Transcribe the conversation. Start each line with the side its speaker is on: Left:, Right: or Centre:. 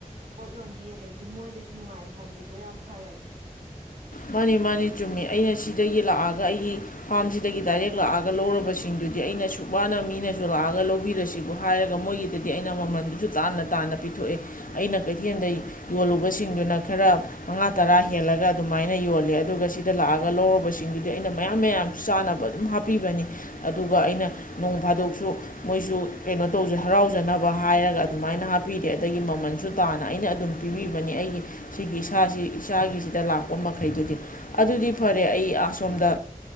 Right: ꯄꯣꯠ ꯌꯣꯟꯕꯤ ꯑꯗꯩꯗꯤ ꯃꯣꯏꯗꯁꯨ ꯅꯨꯡꯉꯥꯏ ꯍꯥꯏꯕꯜꯂꯤꯗꯣ ꯌꯥꯝ ꯐꯔꯦ
Left: ꯃꯥꯅꯤ ꯃꯥꯅꯤ ꯆꯨꯝꯃꯤ ꯑꯩꯅ ꯁꯤꯗꯒꯤ ꯂꯥꯛꯑꯒ ꯑꯩꯒꯤ ꯐꯥꯝꯁꯤꯗꯒꯤ ꯗꯥꯏꯔꯦꯛ ꯂꯥꯛꯑꯒ ꯂꯧꯔꯕꯁꯤꯡꯗꯨꯗꯤ ꯑꯩꯅ ꯁꯨ ꯋꯥꯅ ꯃꯤꯅꯁꯨ ꯂꯥꯛꯑꯒ ꯂꯧꯕꯤꯔꯁꯤꯕꯨ ꯍꯥꯏꯔꯒ ꯃꯣꯏꯒꯤꯗꯗꯤ ꯑꯩꯅ ꯃꯃꯟꯗꯨꯁꯨ ꯇꯥꯅ ꯇꯥꯅ ꯄꯤꯊꯣꯛꯑꯦ ꯑꯩꯅ ꯀꯩꯊꯦꯜꯗ ꯌꯣꯜꯂꯨꯕꯁꯤꯡꯗꯨꯅ ꯈꯔ ꯃꯉꯥ ꯇꯔꯥ ꯍꯦꯜꯂꯒ ꯑꯗꯨꯝ ꯑꯗꯨꯃꯥꯏꯅ ꯌꯣꯜꯂꯦ ꯑꯗꯨꯒ ꯁꯤꯗ ꯂꯥꯛꯑꯒ ꯂꯧꯔꯕꯁꯤꯡꯗꯨꯗꯤ ꯑꯩꯅ ꯃꯌꯥꯝ ꯃꯌꯥꯝꯁꯨ ꯆꯥꯟꯅꯕ ꯑꯗꯨꯝ ꯍꯥꯞꯄꯤꯕꯅꯤ ꯑꯗꯨꯒ ꯑꯩꯅ ꯅꯣꯡ ꯐꯥꯗꯣꯛꯁꯨ ꯃꯣꯏꯁꯨ ꯀꯩꯅꯣ ꯇꯧꯖ ꯍꯔꯥꯎꯖꯅꯕ ꯍꯥꯏꯔꯒ ꯑꯗꯨꯃꯥꯏꯅ ꯍꯥꯞꯄꯤꯔꯦ ꯑꯗꯒꯤ ꯃꯃꯜꯁꯨ ꯇꯥꯅ ꯑꯩꯅ ꯑꯗꯨꯝ ꯄꯤꯕꯤꯕꯅꯤ ꯑꯩꯒꯤ ꯁꯤꯒꯤ ꯏꯁꯥꯁꯤ ꯏꯁꯥꯒꯤꯁꯤꯗ ꯂꯥꯛ ꯄ ꯃꯈꯩꯗꯨꯗꯤ ꯑꯗꯨꯗꯤ ꯐꯔꯦ ꯑꯩ ꯑꯁꯣꯝꯗ